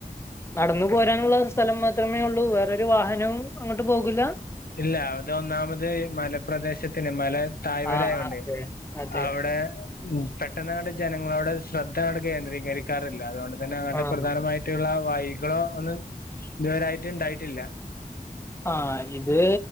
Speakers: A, on the left; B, on the left.
A: നടന്നു പോരാനുള്ള സ്ഥലം മാത്രമേ ഒള്ളൂ വേറൊരു വാഹനവും അങ്ങോട്ട് പോകില്ല
B: ഇല്ല അത് ഒന്നാമത് മലപ്രദേശത്തിന് മല തായ്വരയായകൊണ്ടെ
A: ആഹ് അതെ അതെ
B: അവിടെ ഉം പെട്ടന്നങ്ങട്ട് ജനങ്ങളോട് ശ്രദ്ധ അവിടെ കേന്ദ്രീകരിക്കാറില്ല അതുകൊണ്ട്തന്നെ അങ്ങത്തെ
A: ആഹ്
B: പ്രധാനമായിട്ടുള്ള വൈകളോ ഒന്നും ഇതുവരായിട്ട് ഇണ്ടായിട്ടില്ല
A: ആഹ് ഇത്